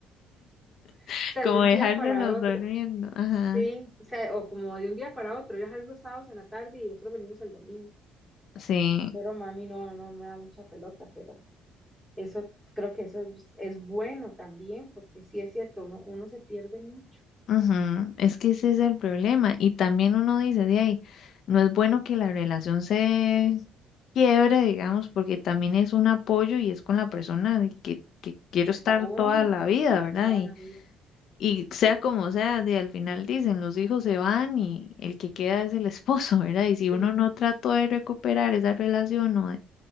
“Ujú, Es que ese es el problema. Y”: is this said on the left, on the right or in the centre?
Left